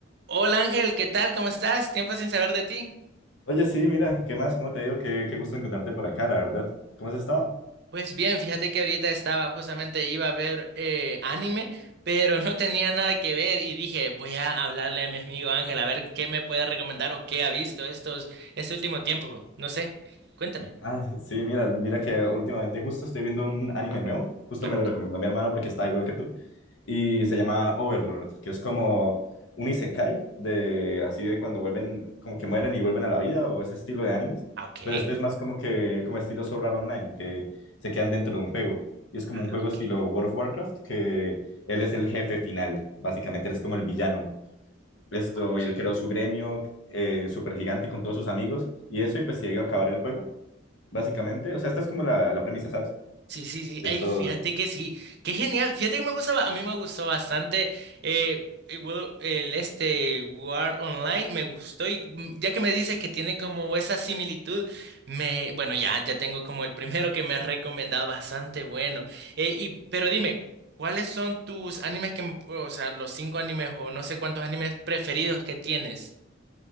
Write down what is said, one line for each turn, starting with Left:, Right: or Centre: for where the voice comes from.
Right: Hola Ángel, ¿qué tal? ¿Cómo estás? Tiempo sin saber de ti.
Left: Oye, sí, mira, ¿qué más? ¿Cómo te digo? Qué, qué gusto encontrarte por acá, la verdad. ¿Cómo has estado?
Right: Pues bien, fíjate que ahorita estaba justamente iba a ver eh, anime, pero no tenía nada que ver y dije, voy a hablarle a mi amigo Ángel a ver qué me puede recomendar o qué ha visto estos este último tiempo. No sé. Cuéntame.
Left: Ah, sí, mira, mira que últimamente justo estoy viendo un anime nuevo. Justo
Right: Ah,
Left: me
Right: ok.
Left: lo recomendó mi hermano porque está igual que tú. Y se llama Overlord, que es como un isekai de así de cuando vuelven, como que mueren y vuelven a la vida o ese estilo de animes.
Right: Ah, Ok.
Left: Pero este es más como que, como estilo Sword Art Online, que se quedan dentro de un juego. Y es como
Right: Ah,
Left: un juego
Right: Ok.
Left: estilo World of Warcraft, que él es el jefe final. Básicamente, él es como el villano Esto,
Right: Ah, Ok.
Left: y él creó su gremio eh, súper gigante con todos sus amigos y eso, y pues se iba a acabar el juego, básicamente. O sea, esta es como la, la premisa, ¿sabes?
Right: Sí, sí, sí.
Left: Esto,
Right: Ay, fíjate que sí. Qué genial. Fíjate que me gusta, ba- a mí me gustó bastante eh, el, Will- el este War Online. Me gustó y mm, ya que me dices que tiene como esa similitud, me, bueno, ya, ya tengo como el primero que me has recomendado bastante bueno. Eh, y, pero dime, ¿cuáles son tus animes que, o sea, los cinco animes o no sé cuántos animes preferidos que tienes?